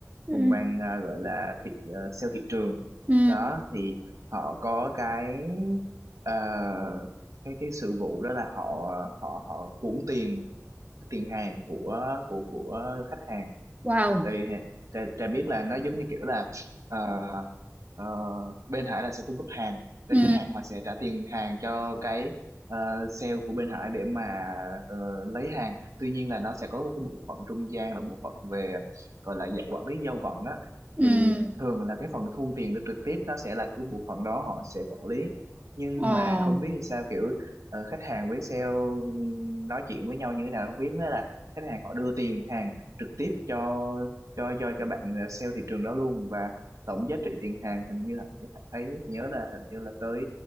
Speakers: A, on the right; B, on the right.
A: Ừ.
B: phòng ban à, gọi là thị à, sale thị trường
A: Ừ.
B: đó thì họ có cái ờ, cái cái sự vụ đó là họ họ họ cuỗng tiền tiền hàng của của của khách hàng
A: Wow.
B: tại vì hè- trà, trà biết là nó giống như kiểu là ờ, ờ, bên Hải là sẽ cung cấp hàng bên
A: Ừ.
B: khách hàng họ sẽ trả tiền hàng cho cái ờ, sale của bên Hải để mà ờ, lấy hàng tuy nhiên là nó sẽ có một cái bộ phận trung gian là bộ phận về gọi là dạng quản lý giao vận á
A: Ừ.
B: thì thường là cái phần thu tiền được trực tiếp nó sẽ là của bộ phận đó họ sẽ quản lý nhưng
A: Ồ.
B: mà không biết sao kiểu ờ, khách hàng với sale nói chuyện với nhau như thế nào không biết thế là khách hàng họ đưa tiền hàng trực tiếp cho cho cho cho bạn ờ, sale thị trường đó luôn và tổng giá trị tiền hàng hình như là thấy nhớ là hình như là tới